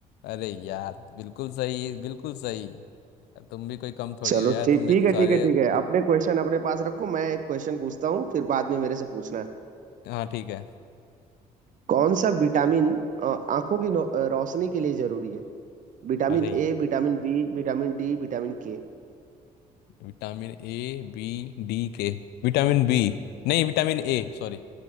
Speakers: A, on the left; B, on the right.
A: अरे यार बिल्कुल सही बिल्कुल सही तुम भी कोई कम थोड़ी
B: चलो
A: हो यार
B: ठीक
A: तुम भी
B: ठीक
A: तो
B: है
A: सारे
B: ठीक है ठीक है
A: उत-
B: अपने क्वेश्चन अपने पास रखो मैं एक क्वेश्चन पूछता हूँ फिर बाद में मेरे से पूछना
A: हाँ ठीक है
B: कौन सा विटामिन अ, आंखों की नौ- अ, रोशनी के लिए जरूरी है Vitamin
A: अरे ये
B: A vitamin B vitamin D vitamin K
A: विटामिन ए बी डी के विटामिन बी नहीं विटामिन ए सॉरी